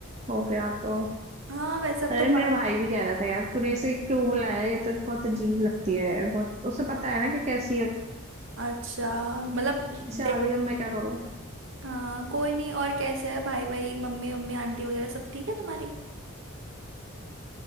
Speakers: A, on the right; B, on the right.
A: हो गया तो
B: हाँ वैसे अब
A: अरे
B: तो पार्टी
A: मेरा भाई भी कह रहा था यार तूने इसे क्यों बुलाया ये तो बहुत अजीब लगती है बहुत उसे पता है ना कि कैसी है
B: अच्छा मतलब
A: इसे
B: देख
A: आ गई अब मैं क्या करूं
B: हाँ कोई नहीं और कैसा है भाई भाई मम्मी मम्मी आंटी वगैरह सब ठीक है तुम्हारी